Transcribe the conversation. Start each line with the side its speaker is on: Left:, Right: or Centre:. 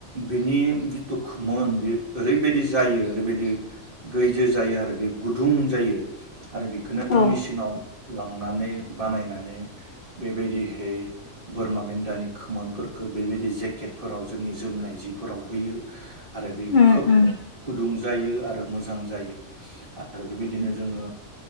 Right: बिनि बितु खोमोन बे ओरैबायदि जायो ओरैबायदि दि गैजो जायो आरो बे गुदुं जायो। आरो बेखोनो
Left: औ
Right: मेसिनाव लांनानै बानायनानै बेबायदिहै बोरमा मेन्दानि खोमोनफोरखो बेबायदि जेकेटफोराव जोंनि जोमनाय जिफोराव होयो। आरो बे
Left: उम
Right: खोब
Left: उम औ
Right: गुदुं बेयो आरो मोजां जायो बेबायदिनो जोङो